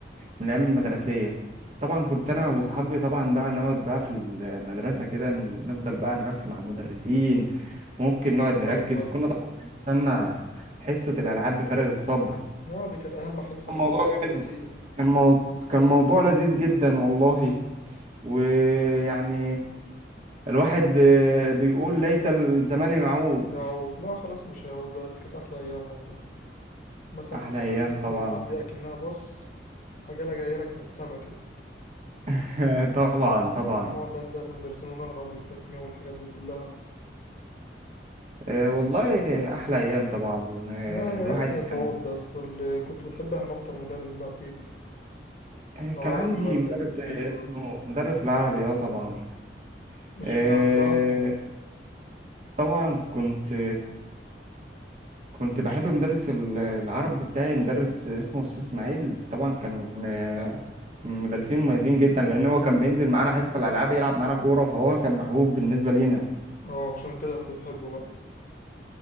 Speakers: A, on the right; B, on the left.
A: من الايام المدرسية طبعا كنت انا واصحابي طبعا بقى نقعد بقى في المدرسة كده نفضل بقى نرخم على المدرسين ممكن نقعد نركز
B: أيوه أيوه
A: كنا طبعا بنستنى حصة الألعاب بفارغ الصبر
B: يعني دي كانت أهم حصة
A: كان
B: بالنسبة
A: موضوع
B: لكم
A: جامد
B: أكيد
A: كان مو... كان موضوع لذيذ جدا والله ويعني الواحد آه، بيقول ليت الزمان يعود
B: يعود لا خلاص مش هيعود بس كانت أحلى أيام والله مثلا
A: أحلى
B: كنت بتسمع
A: أيام
B: حصة
A: طبعا
B: الألعاب دي أكنها بص حاجة لا جاية لك من السما كده
A: <laughs> طبعا طبعا
B: إحنا نقعد بقى نزعل في المدرسين ونهرب من التسميع والحاجات دي كلها
A: آه، والله أحلى أيام طبعا آه،
B: يا يا
A: الواحد
B: ريتها تعود
A: كان
B: بس واللي كنت بتحبها أنا أكتر مدرس بقى فيه
A: آه،
B: العربي
A: كان عندي
B: ولا
A: مدرس
B: الإنجليزي
A: آه، اسمه
B: ولا
A: مدرس العربي اه طبعا
B: اشمعنى
A: آه،
B: بقى
A: طبعا كنت كنت بحب مدرس ال- العربي بتاعي مدرس اسمه أستاذ إسماعيل طبعا كان آه، من مدرسين مميزين جدا لأن هو كان بينزل معانا حصص الألعاب يلعب معانا كورة فهو كان محبوب بالنسبة لينا
B: اه عشان كده كنت بتحبه بقى